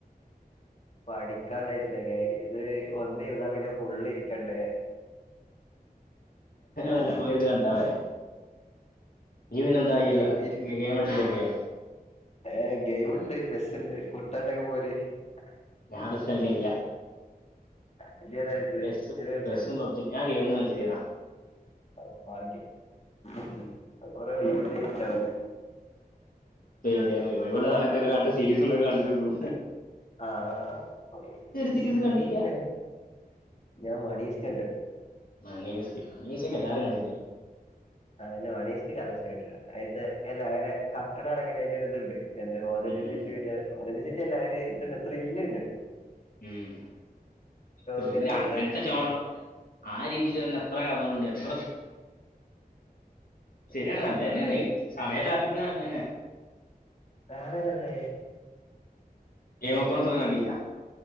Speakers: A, on the left; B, on the left.
A: പഠിക്കാണ്ടായിട്ടല്ലങ്ങയ്, ഇത് ഒന്ന് ഇരുന്നാ പിന്നെ ഫുള്ള് ഇര്ക്കണ്ടേ
B: വല്ല
A: <unintelligible>
B: പോയിരുന്ന് കണ്ടാ പോരെ നീ പിന്നെന്താ ചെയ്യല്
A: അല്ല ഇര്ക്
B: ഗെയിം കളിച്ച് തീർക്കേ
A: അ ഏഹ് ഗെയിം ണ്ട് പെസ്സ്ണ്ട് മുട്ടാണ്ടെങ്കി പോര് <unintelligible>
B: ഞാൻ ബസ്സൾക്കൽല്യ
A: അജി ഏതാ
B: ബ
A: കളിച്ചത് ഏത് കളിച്ചല്ലേ
B: ബസും പബ്ജിയും, ഞാൻ ഗെയ്മൊന്നും കൾച്ചല്യടാ
A: ആഹ് ഭാഗ്യം <unintelligible>
B: ഏഹ് ഒഴി ഒഴിവുള്ള സമയത്തൊക്കെ രണ്ട് സീരീസ്ണ്ട് അഅ് കണ്ട്ർക്കും
A: ആഹ് ആഹ് ഈ
B: സീരീസ്
A: സീരിസ്
B: കണ്ടില്ല
A: ഒക്കെ ഞാൻ മണീസ്റ്റണ്ട്
B: മണി മിസ്ക്യോ മണിമിസ്‌ക്യൊക്കെ എല്ലാരും കണ്ടിണ്ടാവും
A: അതന്നെ മണീസ്റ്റിക്ക് നല്ല ഇഷ്ടപ്പെട്ട്ണ്. അയിൽത്തെ എല്ല അങ്ങനെ കക്ക്ണാണെങ്കിലും അയ്ലൊരുത്ണ്ട് എന്ത് <unintelligible>
B: ഉം.
A: ത്രില്ല്ണ്ട് <unintelligible>
B: ഉം.. ത്രില്ല്
A: ഇങ്ങനെ
B: <unintelligible>
A: കൊണ്ടെത്തിച്ചണ്
B: ആ രീതിയില് എത്ര കഥകളുണ്ട് ശരിയാണ്
A: വേറെ
B: നല്ലതന്നെയാണ്
A: ഏതാ ഉള്ളെ
B: സമയം ലാഭിക്ക ഒക്കെ നല്ലയന്നെ
A: വേറേതാ ഇളെള
B: ഗെയിം ഓഫ് ത്രോൺസ് ഒന്നും കണ്ടില്ല